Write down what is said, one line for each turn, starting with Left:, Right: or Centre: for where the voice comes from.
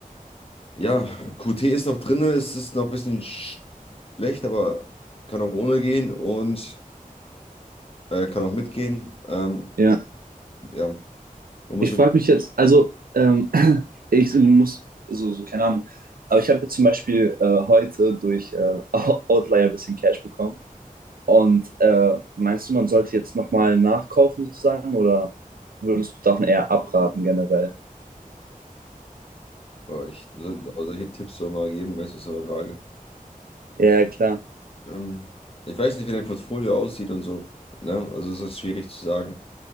Left: Ja, QT ist noch drin, es ist noch ein bisschen schlecht, aber kann auch ohne gehen und äh, kann auch mitgehen. Ähm,
Right: Ja.
Left: ja, man muss
Right: Ich
Left: ja,
Right: frage mich jetzt, also, ähm, <clears throat> ich muss, so, so, keine Ahnung, aber ich habe jetzt zum Beispiel äh, heute durch äh, <laughs> Outlier ein bisschen Cash bekommen. Und äh, meinst du, man sollte jetzt nochmal nachkaufen sozusagen oder würdest du davon eher abraten generell?
Left: boah, ich, so- aber solche Tipps soll man geben, weißt du, ist so eine Frage.
Right: Ja, klar.
Left: Ähm, ich weiß nicht, wie dein Portfolio aussieht und so, ne? Also ist das schwierig zu sagen.